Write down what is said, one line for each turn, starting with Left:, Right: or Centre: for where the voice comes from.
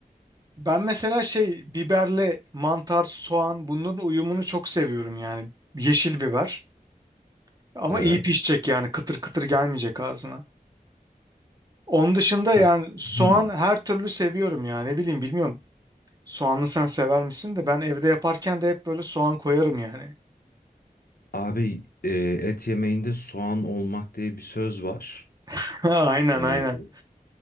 Right: Ben mesela şey biberle mantar, soğan bunların uyumunu çok seviyorum yani. Yeşil biber. Ama
Left: Evet.
Right: iyi pişecek yani kıtır kıtır gelmeyecek ağzına. Onun dışında
Left: Kat-
Right: yani soğan
Left: Hmm.
Right: her türlü seviyorum yani ne bileyim bilmiyorum. Soğanlı sen sever misin de ben evde yaparken de hep böyle soğan koyarım yani.
Left: Abi e, et yemeğinde soğan olmak diye bir söz var.
Right: <laughs> Aynen
Left: E,
Right: aynen.